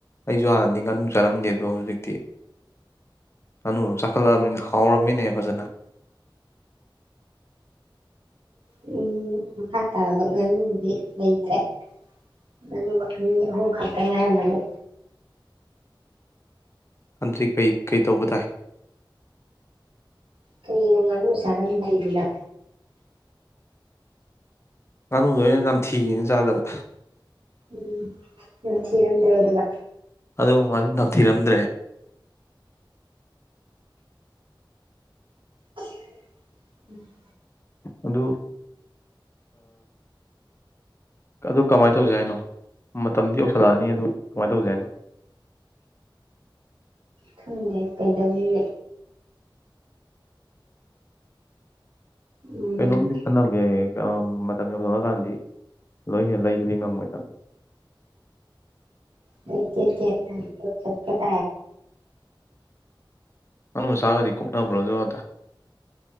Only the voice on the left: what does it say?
ꯑꯩꯁꯨ ꯍꯥꯟꯅꯗꯤ ꯉꯥꯅꯨ ꯆꯥꯔꯝꯗꯦ ꯑꯗꯣ ꯍꯧꯖꯤꯛꯇꯤ ꯉꯥꯅꯨꯗꯨ ꯆꯥꯈꯠꯂꯛꯑꯕꯅꯤꯅ ꯍꯥꯎꯔꯝꯃꯤꯅꯦ ꯐꯖꯅ
ꯑꯗꯨꯗꯤ ꯀꯩ ꯀꯩ ꯇꯧꯕ ꯇꯥꯏ
ꯉꯥꯅꯨꯗꯣ ꯑꯩꯅ ꯅꯝꯊꯤꯅ ꯆꯥꯗꯕ
ꯑꯗꯨ ꯃꯥꯗꯤ ꯅꯝꯊꯤꯔꯝꯗ꯭ꯔꯦ
ꯑꯗꯨ ꯑꯗꯨ ꯀꯃꯥꯏꯅ ꯇꯧꯁꯤ ꯍꯥꯏꯅꯣ ꯃꯇꯝꯗꯤ ꯌꯧꯁꯤꯜꯂꯛꯑꯅꯤ ꯑꯗꯨ ꯀꯃꯥꯏꯅ ꯇꯧꯁꯤ ꯍꯥꯏꯅꯣ
ꯀꯩꯅꯣꯝꯃꯗꯤ ꯈꯟꯅꯕꯥ ꯃꯇꯝ ꯌꯧꯔꯥꯀꯥꯟꯗꯤ ꯂꯣꯏ ꯍꯦ ꯂꯩꯕꯨꯗꯤ ꯉꯝꯃꯣꯏꯅ
ꯑꯅ ꯆꯥꯕꯥꯒꯗꯤ ꯀꯨꯛꯅꯥꯕ꯭ꯔꯣꯖꯊ